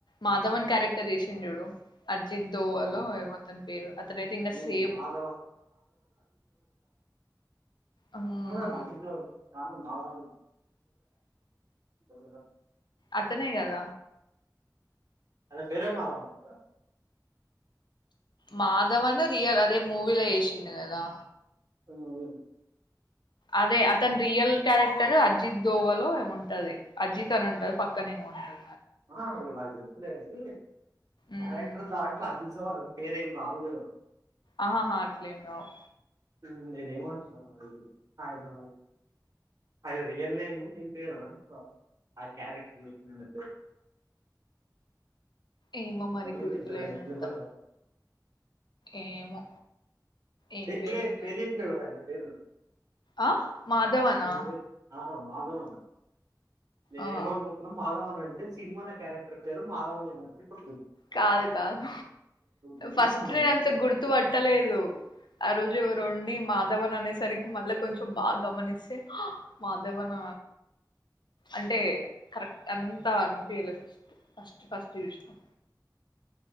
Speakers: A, on the left; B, on the right.
A: మాధవన్ క్యారెక్టర్ చేసిండుచూడు అజిత్ దోవలో
B: ఉమ్,
A: ఏమో అతని పేరు అతనైయితే ఇంగ
B: ఉమ్,
A: సేమ్
B: మాధవ
A: హ్మ్.
B: హో అది ఇంకో లోవల్ <unintelligible>
A: అతనే గద
B: ఆయన పేరే మాదవ అనుకుంట
A: మాధవన్ రియల్ అదే మూవీలో చేశిండు కదా
B: ఉ
A: అదే అతని రియల్ క్యారెక్టర్ అజిత్ దోవాలో ఉంటది అజిత్ అని ఉంటది పక్కనే ఏమొ ఉంటది
B: అ నాకు తెలుసులే గని
A: ఉమ్
B: క్యారెక్టర్ దాంట్ల అది తేవాలని పేర్ ఏం రావు గాద
A: ఆహా హా అట్లేంరావ్
B: ఇప్పుడు నేన్ ఏమంటున్నా అయినా ఆయన్ రియల్ నేమ్ అ ఏం పేర్ ఆ క్యారెక్టర్ చేసినోడి పే
A: ఏమో
B: ఇప్పటివరకు
A: మరి గుర్తులే
B: ఏం పేరు చెప్పినావు
A: అంత
B: కదా
A: ఏమో ఏం
B: ఇప్పుడే
A: పేరుందో
B: పేర్ చెప్పినవ్ కదా ఆయనా పేరు
A: ఆ మాధవనా
B: అయినా పేర్ ఆ మాధవన్ నేనేం
A: ఆ
B: అన్కుట్నం మాధవన్ అంటే సినిమాల క్యారెక్టర్ పేరు మాధవన్ ఏమో అని కు
A: కాదు కాదు
B: నేమ్
A: ఫస్ట్లో
B: మాధవన్
A: నేనంత గుర్తు పట్టలేదు ఆ రోజు ఎవరో ఉండి మా మాధవన్ అనేసరికి మల్ల కొంచెం బాగ్ గమనిస్తే మాధవన్ న అంటే కరెక్ట్ అంతా అన్పియలేద్ ఫస్ట్ ఫస్ట్ చూసినాం.